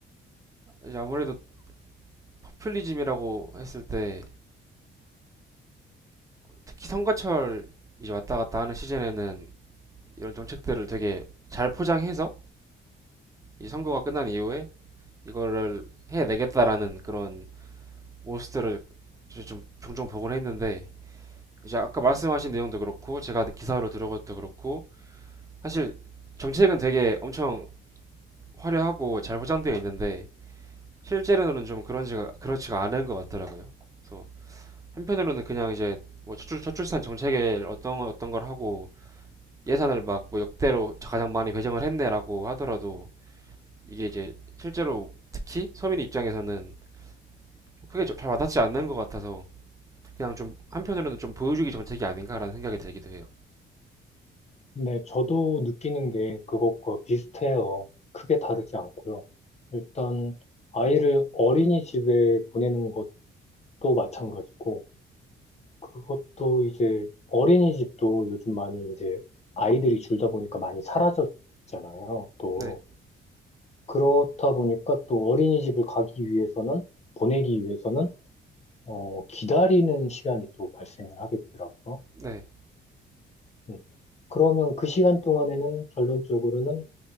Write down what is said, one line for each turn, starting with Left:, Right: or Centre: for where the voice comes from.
Right: 이제 아무래도 포퓰리즘이라고 했을 때 특히 선거철 이제 왔다 갔다 하는 시즌에는 이런 정책들을 되게 잘 포장해서 이 선거가 끝난 이후에 이거를 해내겠다라는 그런 모습들을 이제 좀 종종 보곤 했는데 이제 아까 말씀하신 내용도 그렇고 제가 기사로 들은 것도 그렇고 사실 정책은 되게 엄청 화려하고 잘 포장되어 있는데 실제로는 좀 그런지가 그렇지가 않은 것 같더라고요. 그래서 한편으로는 그냥 이제 뭐 저출, 저출산 정책에 어떤 거- 어떤 걸 하고 예산을 막 뭐 역대로 가장 많이 배정을 했네라고 하더라도 이게 이제 실제로 특히 서민 입장에서는 좀 크게 저- 잘 와닿지 않는 것 같아서 그냥 좀 한편으로는 좀 보여주기 정책이 아닌가라는 생각이 들기도 해요.
Left: 네, 저도 느끼는 게 그것과 비슷해요. 크게 다르지 않고요. 일단 아이를 어린이집에 보내는 것도 마찬가지고 그것도 이제 어린이집도 요즘 많이 이제 아이들이 줄다 보니까 많이 사라졌잖아요. 또
Right: 네,
Left: 그렇다 보니까 또 어린이집을 가기 위해서는 보내기 위해서는 어, 기다리는 시간이 또 발생을 하게 되더라고요.
Right: 네,
Left: 음. 그러면 그 시간 동안에는 결론적으로는